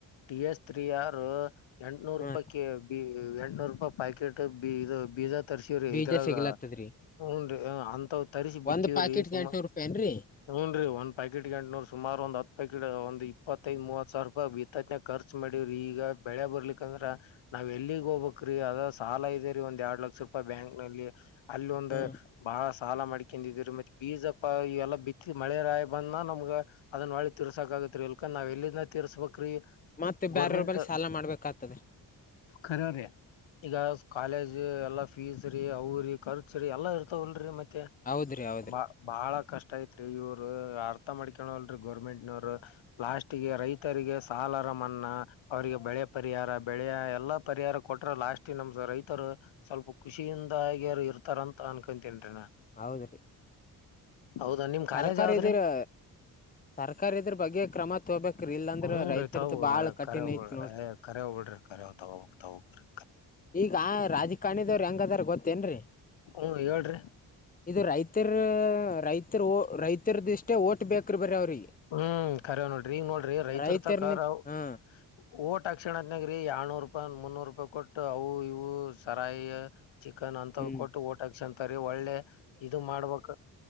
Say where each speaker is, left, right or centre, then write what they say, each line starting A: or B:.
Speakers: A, on the left (about 70°); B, on the left (about 20°).
A: ಟಿ ಎಸ್ ತ್ರಿ ಯಾರು. ಎಂಟ್ನೂರು
B: ಹಾ
A: ರೂಪಾಯಿ ಕೆ ಬಿ ಎಂಟ್ನೂರು ರೂಪಾಯಿ ಪಾಕೆಟ್ ಇದು ಬೀಜ ತರ್ಸಿವ್ರಿ
B: ಬೀಜ
A: ಇದ್ರಾಗ
B: ಸಿಗ್ಲತ್ತದ್ರಿ
A: ಹೂನ್ ರಿ ಅ ಅಂತವ್ ತರ್ಸಿ ಬಿತ್ತಿವ್ರಿ
B: ಒಂದ್ ಪಾಕೆಟ್ಗೆ
A: ಸುಮ
B: ಎಂಟನೂರು ರೂಪಾಯಿ ಏನ್ರೀ
A: ಹೂನ್ ರಿ ಒಂದ್ ಪ್ಯಾಕೆಟ್ಗೆ ಎಂಟ್ನೂರ್ ಸುಮಾರ ಒಂದ್ ಹತ್ ಪಾಕೆಟ್ ಒಂದ್ ಇ ಇಪ್ಪತ್ತೈದ್ ಮೂವತ್ ಸವ್ರುಪಾಯ್ ಬಿತ್ತನ್ಯಾಗ್ ಖರ್ಚ್ ಮಾಡ್ ಡ್ ರೀಗ ಬೆಳೆ ಬರ್ಲಿಕ್ ಅಂದ್ರ ನಾವ್ ಎಲ್ಲಿಗ್ ಹೋಗ್ಬಕ್ರಿ ಅದ ಸಾಲ ಇದೆರಿ ಒಂದ್ ಎರಡ್ ಲಕ್ಷ ರೂಪಾಯಿ ಬ್ಯಾಂಕ್ ನಲ್ಲಿ ಅಲ್ ಒಂದ್
B: ಹ್ಮ್
A: ಬಹಳ ಸಾಲ ಮಾಡ್ಕಂಡ್ ಇದಿವ್ರಿ ಮತ್ತೆ ಫಿಜ್ ಅಪ್ಪ ಇವೆಲ್ಲ ಬಿತ್ ಮಳೆ ರಾಯ ಬಂದ್ನ ನಮ್ಗ ಅದನ್ ಒಳ್ ತಿರ್ಸಕಾಗತ್ರಿ ಇಲ್ಕಾ ನಾವ್ ಎಲ್ಲಿಂದ ತೀರ್ಸ್ಬೇಕ್ರಿ
B: ಮತ್ ಬ್ಯಾರೆಯವ್ರ
A: ಗೋರ್ಮೆಂಟ್
B: ಬಲ್ಲಿ ಸಾಲ ಮಾಡ್ಬೇಕಾಗ್ತದ
A: ಖರ ರೀ. ಈಗ ಕಾಲೇಜ್ ಎಲ್ಲಾ ಫೀಸ್ ರೀ ಅವ್ರೀ ಖರ್ಚ್ ರೀ ಎಲ್ಲಾ ಇರ್ತವಲ್ರಿ ಮತ್ತೆ.
B: ಹೌದ್ರಿ ಹೌದ್ರಿ
A: ಬ ಬಾಳ ಕಷ್ಟ ಐತ್ರಿ ಇವರು ಅರ್ಥ ಮಾಡ್ಕಿಣಲ್ ಗೋರ್ಮೆಂಟ್ನರ್ ಲಾಸ್ಟ್ಗೆ ರೈತರಿಗೆ ಸಾಲರ ಮನ್ನಾ ಅವ್ರಿಗೆ ಬೆಳೆ ಪರಿಹಾರ ಬೆಳೆಯ ಎಲ್ಲಾ ಪರಿಹಾರ ಕೊಟ್ರೆ ಲಾಸ್ಟ್ ನಮ್ ರೈತರು ಸ್ವಲ್ಪ ಖುಷಿಯಿಂದ ಆಗ್ಯಾರು ಇರ್ತಾರಂತ ಅನ್ಕೊತೇನ್ರಿ ನಾ
B: ಹೌದ್ರಿ.
A: ಹೌದಾ ನಿಮ್
B: ಸರ್ಕಾರಿದಿರಾ.
A: ಕಾಲೇಜ್ ಯಾವ್ದ್ರಿ
B: ಸರ್ಕಾರ್ ಇದ್ರ ಬಗ್ಗೆ ಕ್ರಮ ತಗೋಬೇಕ್ರಿ ಇಲ್ಲಾಂದ್ರ
A: ಹ್ಮ್
B: ರೈತರದ್ದ
A: ರೀ ತಾವು
B: ಬಾಳ್ ಕಠಿಣ
A: ಕರೆ ಹೋಗ್ಬ
B: ಐತಿ ನೋಡ್ರಿ.
A: ಕರೆ ಹೋಗ್ಬಡ್ರಿ ಕರೆ ಯಾತಗೊಬೇಕ್ ತಾಹೋಗ್ರಿ.
B: ಈಗಾ ರಾಜಕಾರಣಿದವ್ರ್ ಹೆಂಗದಾರ ಗೊತ್ತೇನ್ರಿ.
A: ಹೂ ಹೇಳ್ರಿ.
B: ಇದು ರೈತ್ತರ್ ರೈತರ್ ಓ ರೈತರ್ದ್ ಇಷ್ಟೇ ಓಟ್ ಬೇಕ್ರಿ ಬರೀ ಅವ್ರಿಗೆ.
A: ಹ್ಮ್ ಖರೆವ್ ನೋಡ್ರಿ ಈಗ್ ನೋಡ್ರಿ ರೈತರ್
B: ರೈತರ್ನ
A: ತಕ ರಾವ್
B: ಹಾ
A: ಓಟ್ ಅಕ್ಷಣತ್ನಾಗ್ರಿ ಯಳ್ನೂರು ರೂಪಾಯಿ ಒಂದ್ ಮುನ್ನೂರು ರೂಪಾಯಿ ಕೊಟ್ಟು ಅವು ಇವು ಸಾರಾಯಿಯ ಚಿಕನ್ ಅಂತವ್
B: ಹ್ಮ್
A: ಕೊಟ್ಟು ಓಟಕ್ಸಂತರಿ ಒಳ್ಳೆ ಇದು ಮಾಡ್ಬೇಕ